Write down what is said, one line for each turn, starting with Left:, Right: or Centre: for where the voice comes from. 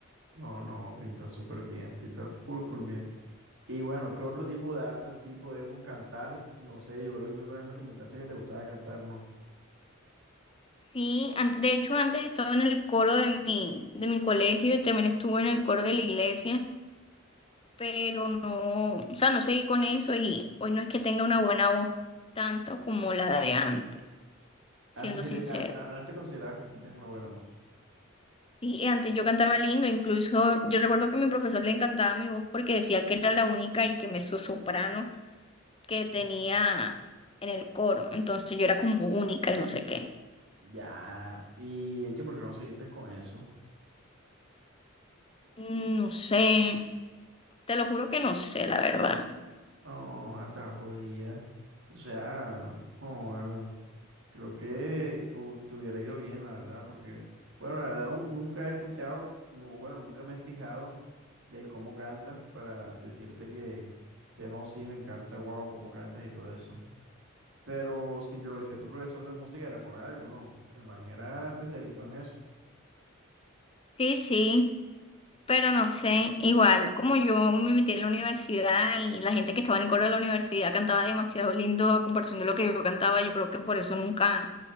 Right: No, no, pintas súper bien, pintas full, full bien. Y bueno, ¿qué otro tipo de arte así podemos cantar? No sé, yo creo que tú alguna vez me comentaste que te gustaba cantar, ¿no?
Left: Sí, an- de hecho antes estaba en el coro de mi, de mi colegio y también estuve en el coro de la iglesia, pero no, o sea, no seguí con eso y hoy no es que tenga una buena voz tanto como la de antes, siendo
Right: Antes, sí
Left: sincera.
Right: te- an- an- antes considerabas que sí tenías una buena voz.
Left: Sí, antes yo cantaba lindo, incluso yo recuerdo que a mi profesor le encantaba mi voz porque decía que era la única y que soprano que tenía
Right: Mm.
Left: en el coro, entonces yo era como única y no sé qué.
Right: Ya, y es que porque no seguiste con eso.
Left: Mm, No sé, te lo juro que no sé, la verdad.
Right: No, hasta jodida. O sea, joda. Creo que, que hu- te hubiera ido bien, la verdad, porque, bueno, la verdad nun- nunca he escuchado, no, bueno, nunca me he fijado del cómo cantas para decirte que, que no, sí, me encanta, wow, cómo cantas y todo eso. Pero si te lo decía tu profesor de música era por algo, ¿no? El man era especializado en eso.
Left: Sí, sí, pero no sé. Igual, como yo me metí en la universidad y la gente que estaba en el coro de la universidad cantaba demasiado lindo a comparación de lo que yo cantaba, yo creo que por eso nunca